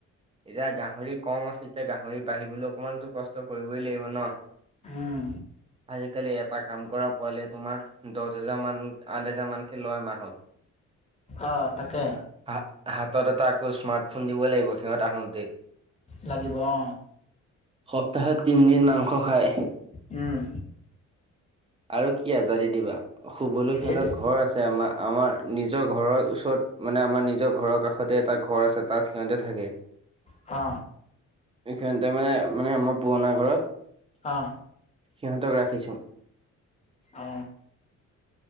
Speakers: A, on the right (about 20°); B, on the left (about 20°).
A: এতিয়া গাহৰি কম আছে, এতিয়া গাহৰি বাঢ়িবলৈ অকণমানটো কষ্ট কৰিবই লাগিব ন।
B: উম
A: আজিকালি এটা কাম কৰা, পোৱালিয়ে তোমাৰ দচ হেজাৰ মান, আঠ হেজাৰ মানকে লই এমাহ।
B: অ তাকে।
A: হা হাতত এটা আকৌ স্মাৰ্টফোন দিবই লাগিব সিহঁত আহোঁতেই।
B: লাগিব অ।
A: সপ্তাহত তিনদিন মাংস খাই।
B: উম।
A: আৰু কি আজাদী দিবা, শুবলৈ
B: সেইটোৱে
A: সিহঁতৰ ঘৰ আছে আমা। আমাৰ নিজৰ ঘৰৰ ওচৰত মানে আমাৰ নিজৰ ঘৰৰ কাষতে এটা ঘৰ আছে তাত সিহঁতে থাকে।
B: অ।
A: সিহঁতে মানে মানে আমাৰ পুৰণা ঘৰত
B: অ
A: সিহঁতক ৰাখিছো
B: অ।